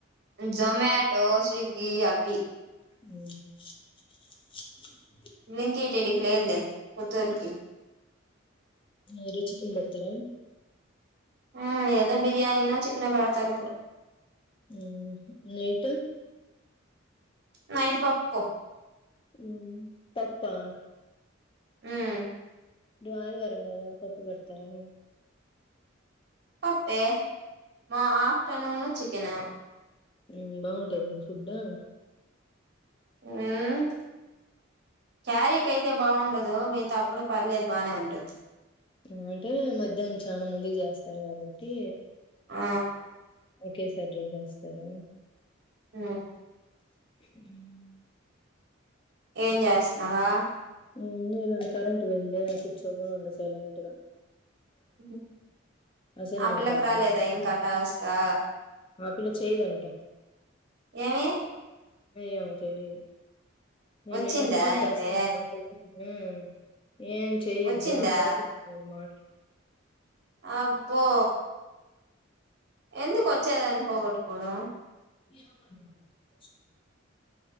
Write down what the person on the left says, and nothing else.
మ్మ్
మీరు చికెన్ పెడతార
మ్మ్ నైటు
మ్మ్ తప్పా
ఈరోజు ఆదివారం కదా పప్పు పెడతారా మీకు
మ్మ్ బావుంటదా మీ ఫుడ్డు
లేదంటే మధ్యానం నుంచి చానా మందికి చేస్తారు కాబట్టి
ఒకేసారి జోబేఎస్తారా
<unintelligible>
ఉమ్ ఈడ కరెంట్ పోయింద్య కూర్చోనున్న సైలెంట్గా
అసైన్మెంట్
రాద్దాం
అనుకున్నా.
ఆ పిల్ల చేయదంట
ఏమో తెలియదు నేను
నిన్నే ఫోన్
చేస్తాను అంటే ఊ ఏం చెయ్యొద్దు
నాకు ఓపిక లేదు మాట్లా
ఎమోలే వాలక్ ఇంట్రెస్ట్ లేదు